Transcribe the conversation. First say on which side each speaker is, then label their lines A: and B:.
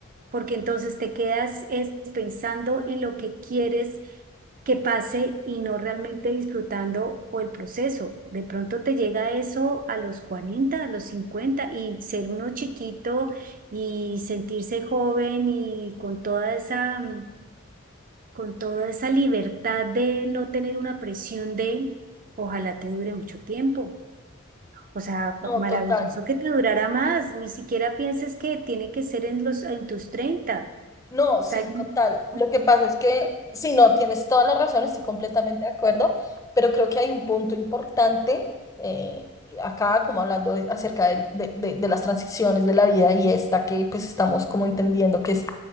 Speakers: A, on the right; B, on the left.
A: porque entonces te quedas es, pensando en lo que quieres que pase y no realmente disfrutando o el proceso. De pronto te llega eso a los 40 a los 50 y ser uno chiquito y sentirse joven y con toda esa, mm, con toda esa libertad de no tener una presión de ojalá te dure mucho tiempo. O sea, pa-
B: No,
A: maravilloso
B: total.
A: que te durara más. Ni siquiera pienses que tiene que ser en los, en tus treinta
B: No, sí,
A: O sea,
B: total. Lo
A: <laughs>
B: que pasa es que, si no, tienes toda la razón, estoy completamente de acuerdo, pero creo que hay un punto importante eh, acá, como hablando de- acerca del- de, de- de las transiciones de la vida y esta que pues estamos como entendiendo que es,